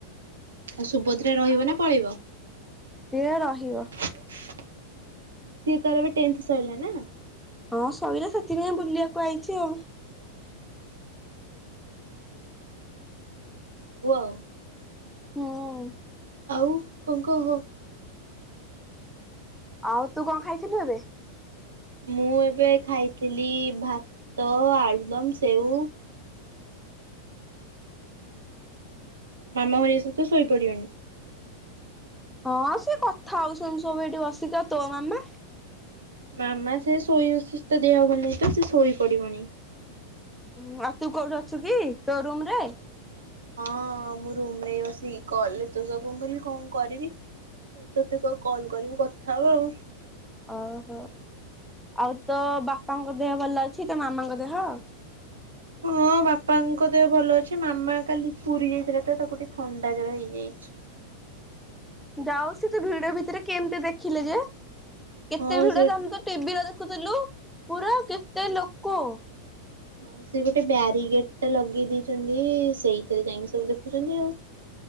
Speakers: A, on the right; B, in the centre.
A: ଆଉ ସୁଭଦ୍ରା ରହିବ ନା ପଳେଇବ।
B: ସିଏ ପା ରହିବ।
A: ସିଏ ତାର ବି ଟେନ୍ଥ ସଇଲା ନା।
B: ହଁ ସଇଲା ସେଥିପାଇଁ ବୁଲିବାକୁ ଆଇଛି ଆଉ।
A: ପୁଅ।
B: ହୁଁ।
A: ଆଉ କଣ କହ?
B: ଆଉ ତୁ କଣ ଖାଇଥିଲୁ ଏବେ?
A: ମୁଁ ଏବେ ଖାଇଥିଲି ଭାତ ଆଳୁଦମ୍ ସେଉ। ମାମ ଘରେ ସବୁ ତ ଶୋଇପଡି ବେଣି?
B: ହଁ ସେ କଥା ହୋଉ ସୋଉ ସୋଉ ଏଠି ବସିକା ତୋ ମାମା।
A: ମାମା ସେ ଶୋଇ ସିସ ତ ତା ଦେହ ଭଲ ନାହିଁ ତ ସେ ଶୋଇ ପଡିବଣି।
B: ଉଁ ଆଉ ତୁ କୋଉଠି ଅଛୁ କି ତୋ ରୁମ ରେ?
A: ହଁ ମୁଁ ରୁମ ରେ ଏଇ ବସିକି କଲରେ ତୋ ସହ କଣ ମୁଁ କହିଲି କଣ କରିବି ତତେ କ କଲ୍ କରିବି କଥା ହବା ଆଉ।
B: ଓହୋ ଆଉ ତୋ ବାପାଙ୍କ ଦେହ ଭଲ ଅଛି ତ ମାମାଙ୍କ ଦେହ?
A: ହଁ ବାପାଙ୍କ ଦେହ ଭଲ ଅଛି। ମାମା କାଲି ପୁରୀ ଯାଇଥିଲା ତ ତାକୁ ଟିକେ ଥଣ୍ଡା ଜର ହେଇଯାଇଛି।
B: ଯାଉ ସେ ତ ଭିଡ ଭିତରେ କେମିତି ଦେଖିଲେ ଯେ କେତେ
A: ହଁ
B: ଭିଡ
A: ସେ
B: ଦମ ତ ଟିଭିରେ ଦେଖୁଥିଲୁ ପୁରା କେତେ ଲୋକ।
A: ହଁ ସେ ଗୋଟେ ବ୍ୟାରିଗେଟ ଟେ ଲଗେଇ ଦେଇଚନ୍ତି ସେଇଥିରେ ଯାଇକି ସବୁ ଦେଖୁଚନ୍ତି ଆଉ।